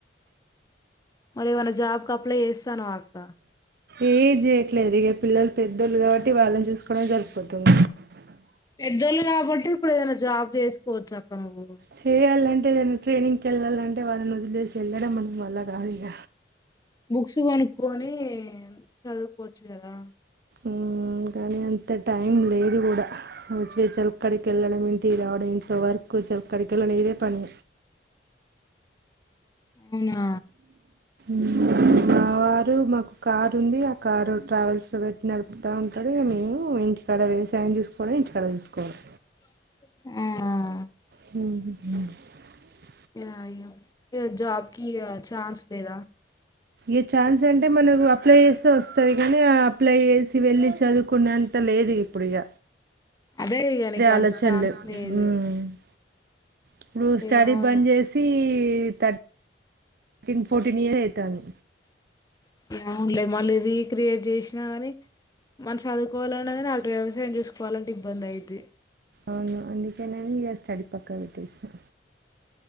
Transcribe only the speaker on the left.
మరెమన్న జాబ్ కు అప్లై జేస్తానవక్క
పెద్దోళ్ళు కాబట్టి ఇప్పుడు ఏదైనా జాబ్ చేసుకోవచ్చు అక్క నువ్వు
బుక్స్ గోనుక్కొని చదువ్కోవచ్చు కదా
అవ్నా
ఆ
య ఇగ జాబ్కి ఇగ ఛాన్స్ లేదా
అదే ఇగ నీకు
అంత ఛాన్స్ లేదు
ఏమో
అవును లే మళ్ళీ రీక్రియేట్ జేస్నా గానీ మన్ చదువుకోవాలన్న గాని అటు వ్యవ్సాయం చేస్ పోవాలంటే ఇబందైద్ది